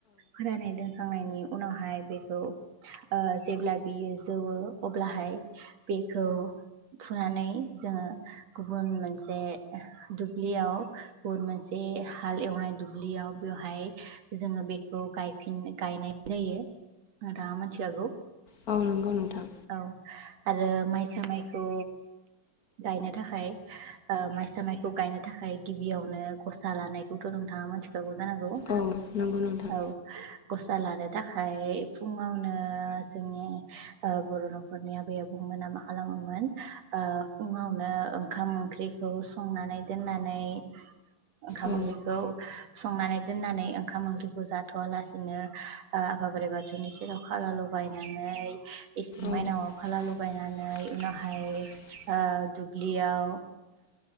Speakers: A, on the right; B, on the left.
A: फरायनाय दोनखांनायनि उनावहाय बेखौ ओ जेब्ला बेयो जौवो अब्लाहाय बेखौ फुनानै जोङो गुबुन मोनसे दुब्लियाव गुबुन मोनसे हाल एवनाय दुब्लियाव बेवहाय जोङो बे खौ गायफिन गायनाय जायो। दा मिथिखागौ
B: औ नंगौ नोंथां
A: औ आरो माय मसा माइखौ गायनो थाखाय माइसा माइखौ गायनो थाखाय गिबियावनो गसा लानायखौथ नोंथाङा मिथिखागौ जानांगौ
B: औ नंगौ नोंथां।
A: औ गसा लानो थाखाय फुङावनो जोंनि ओ बर नखरनि आबै आबौमोना मा खालामोमोन ओ फुङावनो ओंखाम ओंख्रिखौ संनानै दोननानै ओंखाम
B: औ
A: ओंख्रिखौ संनानै दोननानै ओंखाम ओंख्रि जाथ आलासिनो ओ आफा बोराइ बाथौनि सेराव खाला लगायनानै इसिं
B: माइनावखौ
A: माइनावाव खाला लगायनानै उनावहाय ओ दुब्लियाव